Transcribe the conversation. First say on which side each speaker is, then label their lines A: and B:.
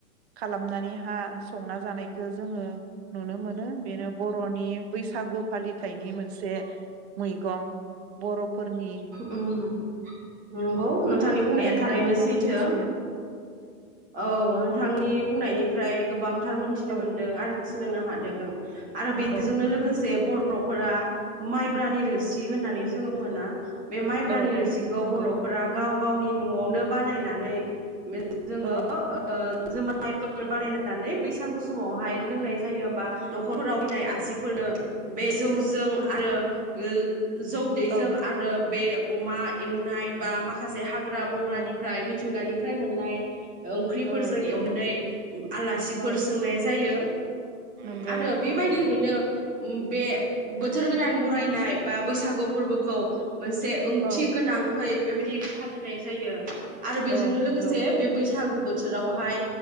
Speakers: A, on the right (about 45°); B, on the right (about 20°).
A: खालामनानै हा संना जानायखौ जोङो नुनो मोनो बेनो बर'नि बैसागु फालि फिथाइनि मोनसे मै गं बर' फोरनि
B: उम नंगौ नोंथांनि बुंनाया
A: नोंथाङा
B: थारैनो
A: आरो मा
B: सैथो
A: मा मिथियो
B: औ नोंथांनि बुंनायनिफ्राय गोबांथारमोन थिनो
A: औ
B: मोनदों आरो सोलोंनो हादों। आरो बेजोंनो
A: औ
B: लोगोसे बर बर'फोरा माइब्रानि रोसि होननानै जोङो मोना बे माइब्रानि
A: औ
B: रोसिखौ
A: औ नंगौ
B: बर'फोरा गाव गावनि न'आवनो बानायनानै बे जोङो
A: औ
B: ओ जुमायफोर बानायनानै बैसागु समावहाय लोंनाय जायो बा न'खरफोराव फैनाय आसिफोरनो बे जौजों आरो गो जौदैजों
A: औ
B: आरोब बे अमा एवनाय बा माखासे हा ग्रा बंग्रानिफ्राय
A: औ
B: मिथिंगानि फ्राय मोननाय ओंख्रिफोरजों
A: औ
B: एवनाय आलासिफोर
A: औ
B: सोंनाय जायो आरो
A: नंगौ
B: बेबायदियैनो बे बो बोथोर गोदान बरायनाय बा बैसागु फोरबोखौ मोनसे ओंथि
A: औ
B: गोनांहै बेबायदि फालिनाय जायो। आरो बेजोंनो
A: औ नंगौ
B: लोगोसे बे बैसागु बो बोथोरावहाय